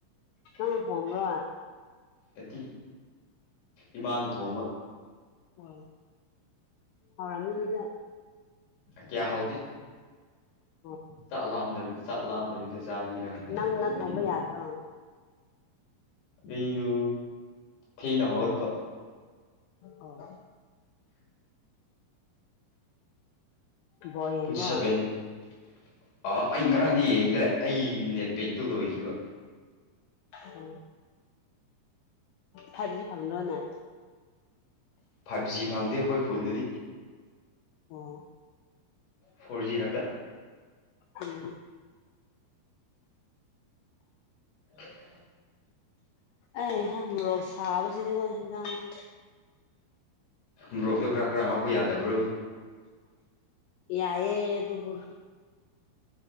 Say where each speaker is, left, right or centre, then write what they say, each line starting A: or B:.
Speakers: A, on the left; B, on the left.
A: ꯅꯪ ꯊꯣꯡꯕ꯭ꯔꯥ
B: ꯑꯦꯠꯇꯤ ꯏꯃꯥꯅ ꯊꯣꯡꯕ
A: ꯑꯣ ꯍꯥꯎꯔꯝꯃꯤꯗꯨꯗꯤ
B: ꯀ꯭ꯌꯥ ꯍꯥꯎꯇꯦ
A: ꯎꯝ
B: ꯆꯥꯛ ꯂꯥꯝꯗ ꯆꯥꯛ ꯂꯥꯝꯗꯕꯤꯗ ꯆꯥꯕꯒꯤꯔ ꯈꯪꯗꯦ
A: ꯅꯪ
B: ꯌꯥꯝꯅꯗꯤ
A: ꯅꯪ ꯊꯣꯡꯕ
B: ꯍꯥꯎꯇꯦ
A: ꯌꯥꯗ꯭ꯔꯣ
B: ꯑꯩꯗꯨ ꯊꯦꯡꯅ ꯍꯧꯒꯠꯄ
A: ꯑꯥ ꯕꯣꯜ ꯌꯦꯡꯕ꯭ꯔꯥ
B: ꯄꯨꯡ ꯁꯚꯦꯟ ꯑꯥ ꯑꯩ ꯉꯔꯥꯡꯗꯤ ꯌꯦꯡꯗ꯭ꯔꯦ ꯑꯩ ꯅꯦꯠꯄꯦꯛꯇꯨ ꯂꯣꯏꯈꯤꯕ
A: ꯑꯣ ꯐꯕꯗꯤ ꯐꯪꯗ꯭ꯔꯣꯅꯦ
B: ꯐꯥꯏꯚ ꯖꯤ ꯐꯪꯗꯦ ꯑꯩꯈꯣꯏ ꯈꯨꯟꯗꯗꯤ
A: ꯑꯣ
B: ꯐꯣꯔꯖꯤ ꯈꯇ
A: ꯎꯝ
B: ꯑꯅ
A: ꯑꯩꯍꯥ ꯃꯔꯣꯛ ꯁꯥꯥꯕꯁꯤꯗꯤꯅꯦ ꯍꯦꯟꯖꯥꯡ
B: ꯕ꯭ꯔꯣꯛꯇꯣ ꯈꯔ ꯈꯔ ꯍꯥꯞꯄ ꯌꯥꯗꯕ꯭ꯔꯣ
A: ꯌꯥꯌꯦ ꯑꯗꯨꯕꯨ